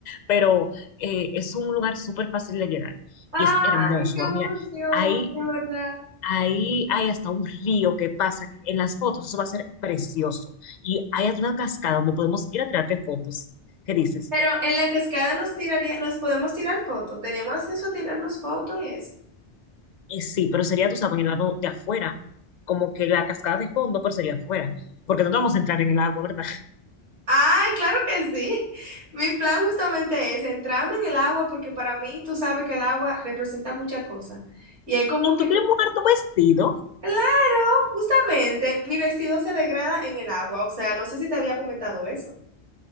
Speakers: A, on the left; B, on the right.
A: Pero eh, es un lugar súper fácil de llegar
B: Ay,
A: y es hermoso.
B: qué emoción,
A: Ah, Mira, hay
B: de verdad.
A: Ahí hay hasta un río que pasa en las fotos, eso va a ser precioso. Y hay hasta una cascada donde podemos ir a tirarte fotos. ¿Qué dices?
B: Pero en la cascada nos tiraría, nos podemos tirar fotos. Tenemos acceso a tirarnos fotos y eso.
A: Eh, sí, pero sería, tú sabes, en el lado de afuera, como que la cascada de fondo, pero sería afuera, porque no vamos a entrar en el agua, ¿verdad? <laughs>
B: Ay, claro que sí. Mi plan justamente es entrarme en el agua porque para mí tú sabes que el agua representa muchas cosas. Y es como
A: Y
B: que,
A: tú quieres mudar tu vestido,
B: claro, justamente mi vestido se degrada en el agua. O sea, no sé si te había comentado eso.